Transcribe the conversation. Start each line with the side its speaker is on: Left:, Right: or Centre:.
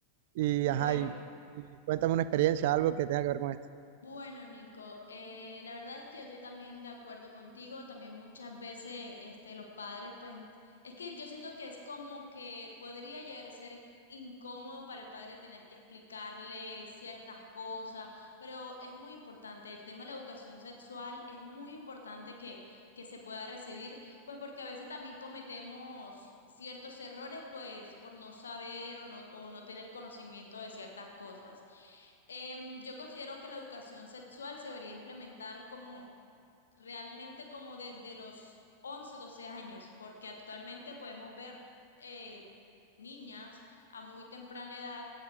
Right: y,
Left: Bueno.
Right: ajá, y, y cuéntame una experiencia, algo que tenga que ver con esto.
Left: Bueno, Nico, eh, la verdad es que yo estoy también de acuerdo contigo, también muchas veces este, los padres, pues es que yo siento que es como que podría llegar a ser incómodo para el padre tener que explicarle ciertas cosas, pero es muy importante, el tema de la educación sexual es muy importante que, que se pueda recibir, pues porque a veces también cometemos ciertos errores, pues por no saber o no, o no tener conocimiento de ciertas cosas. Em, yo considero que la educación sexual se debería implementar como realmente como desde los 11 12 años, porque actualmente podemos ver eh, niñas a muy temprana edad